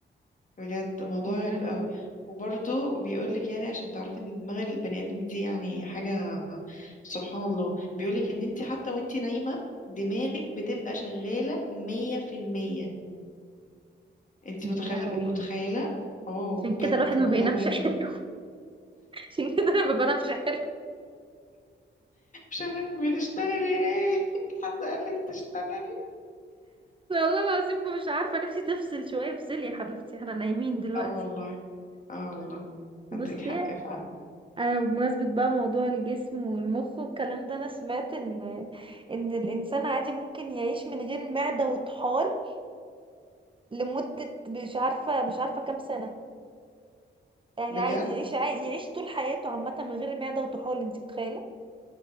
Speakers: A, on the left; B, on the right.
A: بجد موضوع
B: يا
A: غريب قوي وبرضه بيقولك يعني عشان تعرفي ان دماغ البني ادم دي يعني حاجة سبحان الله بيقولك ان انت حتى وانت نايمة دماغك بتبقى شغالة مية في المية انت
B: يا
A: متخل...
B: لهوي
A: متخيلة اه
B: عشان
A: بجد
B: كده الواحد
A: موضوع
B: ما بينامش
A: غريب
B: <laughs> حلو
A: أوي.
B: عشان كده انا ما بنامش حلو
A: شغال بتشتغلي ايه <laughs> حد قالك تشتغلي
B: والله العظيم مش عارفه نفسي تفصل شويه افصلي يا حبيبتي احنا نايمين دلوقتي
A: اه والله اه والله
B: بصي
A: عندك حق فعلا
B: انا بمناسبه بقى موضوع الجسم والمخ والكلام ده انا سمعت ان ان الانسان عادي ممكن يعيش من غير معده وطحال لمده مش عارفه مش عارفه كام سنه يعني
A: بجد
B: عادي يعيش عادي يعيش طول حياته عامه من غير معده وطحال انت متخيله